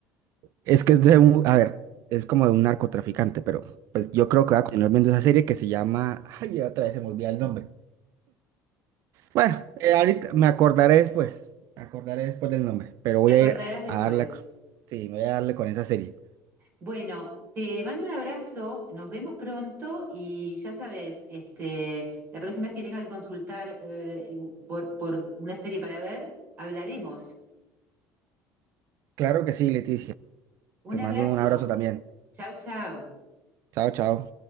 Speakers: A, on the right; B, on the right.
A: Es que es de un... A ver, es como de un narcotraficante, pero pues yo creo que voy a continuar viendo esa serie que se llama... Ay, otra vez se me olvida el nombre. Bueno, eh, ahorita me acordaré después. Me acordaré después del nombre. Pero voy
B: Te acordarás
A: a ir
B: después.
A: a darle. Sí, voy a darle con esa serie.
B: Bueno, te mando un abrazo, nos vemos pronto y ya sabes, este, la próxima vez que tengas que consultar eh, por, por una serie para ver, hablaremos.
A: Claro que sí, Leticia. Te
B: Un abrazo.
A: mando un abrazo también.
B: Chau, chau.
A: Chao, chao.